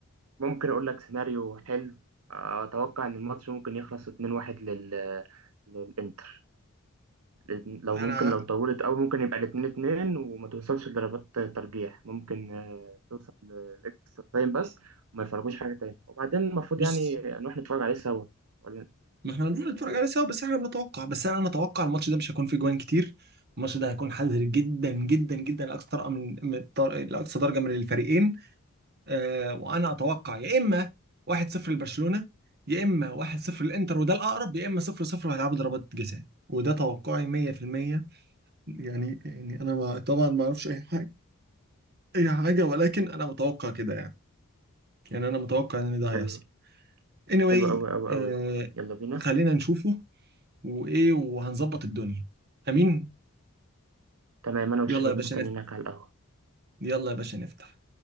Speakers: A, on the right; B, on the right.
A: ممكن أقول لك سيناريو حلو آه، أتوقع إن الماتش ممكن يخلص 2-1 لل... للإنتر لأن لو
B: انا
A: ممكن لو طولت أوي ممكن يبقى الاتنين اتنين وما توصلش لضربات ترجيح ممكن آه، توصل لإكسترا تايم بس وما يفرجوش حاجة تاني وبعدين المفروض
B: بص
A: يعني نروح نتفرج عليه سوا ولا
B: ما احنا هنروح نتفرج عليه سوا بس احنا بنتوقع بس انا نتوقع الماتش ده مش هيكون فيه جوان كتير الماتش ده هيكون حذر جدا جدا جدا لاقصى درجه من من الطر- لاقصى درجه من الفريقين آه وانا اتوقع يا اما 1-0 لبرشلونه يا اما 1-0 للانتر وده الاقرب يا اما 0-0 وهيلعبوا ضربات جزاء وده توقعي 100% يعني يعني انا ما طبعا ما اعرفش اي حاجه اي حاجه ولكن انا متوقع كده يعني يعني انا متوقع ان ده
A: حلو
B: هيحصل anyway
A: حلو أوي أوي
B: آه
A: أوي يلا بينا
B: خلينا نشوفه وايه وهنظبط الدنيا امين
A: تمام أنا والشباب
B: يلا يا باشا
A: مستنيينك
B: نفتح
A: على القهوة
B: يلا يا باشا نفتح